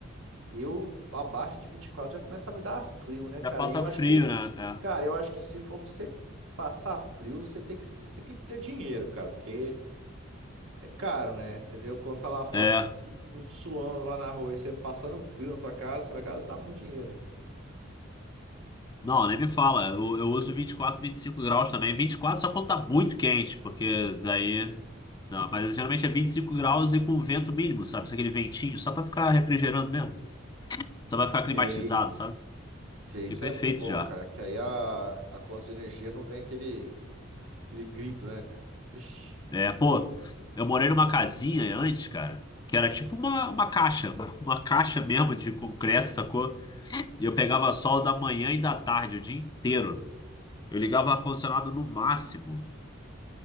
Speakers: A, on the right (about 80°); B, on the left (about 20°).
A: eu abaixo de 24 já começa a me dar frio, né, cara?
B: Já passa
A: E eu acho
B: frio,
A: que,
B: né?
A: cara, eu acho que se for pra você passar frio, você tem que, você tem que ter dinheiro, cara, porque é caro, né? Você vê o quanto tá lá a foto,
B: É. É.
A: todo mundo suando lá na rua e você passando frio na tua casa, você vai gastar muito dinheiro, né?
B: Não, nem me fala. Eu, eu uso 24, 25 graus também. 24 só quando tá muito quente, porque daí. Não, mas geralmente é 25 graus e com vento mínimo, sabe? Só Aquele ventinho, só pra ficar refrigerando mesmo. Só pra ficar
A: Sei,
B: climatizado, sabe?
A: sei,
B: Que
A: isso
B: é perfeito
A: aí é muito bom,
B: já.
A: cara. Que aí a, a conta de energia não vem aquele, aquele grito, né, cara? Ixi.
B: É, pô, eu morei numa casinha antes, cara, que era tipo uma, uma caixa, uma, uma caixa mesmo de concreto, sacou? E eu pegava sol da manhã e da tarde, o dia inteiro. Eu ligava o ar-condicionado no máximo.